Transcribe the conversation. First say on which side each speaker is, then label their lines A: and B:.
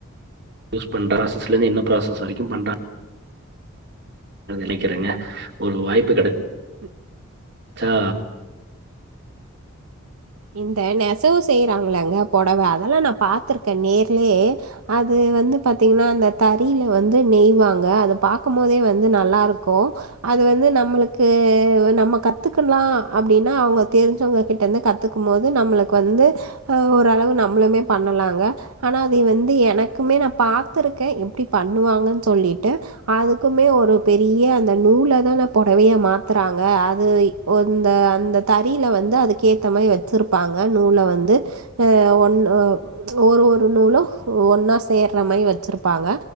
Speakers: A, on the right (about 50°); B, on the right (about 85°).
A: யூஸ் பண் ராசஸ்லே இருந்து என்ன ப்ராசஸ் வரைக்கு பண்றா நினைக்கிறேங்க ஒரு வாய்ப்பு கட
B: உ
A: ச்சா
B: இந்த நெசவு செய்யறாங்களங்க புடவை அதெல்லா நா பா்த்திருக்க நேர்லே அது வந்து பாத்தீங்கன்னா அந்த தறில வந்து நெய்வாங்க அது பாாரக்கும் போதே வந்து நல்லா இருக்கு அது வந்து நம்மளுக்கு நம்ம கத்துக்கலா அப்படின்னா அவங்க தெரிஞ்சவங்க கிட்ட இருந்து கத்து க்கும் போது நம்மளுக்கு வந்து ஓரளவு நம்மளுமே பண்ணலா ங்க ஆனா அது வந்து எனக் க்குமே நான் பார்த்தருக்க எப்படி பண்ணுவாங்கு சொல்லிட்டு அதுக்குமே ஒரு பெரிய அந்த நூல தான புடவையா மாத்துறாங்க அது இந்த அந்த தறில வந்து அதுக்கு கேத்தமை வ ச்சுருப்பாங்க நூல வந்து ஆஹ் ஒன்னு ஒரு ஒரு நூலு ஒன்ன சேர்ற மாரி வச்சுருப்பாங்க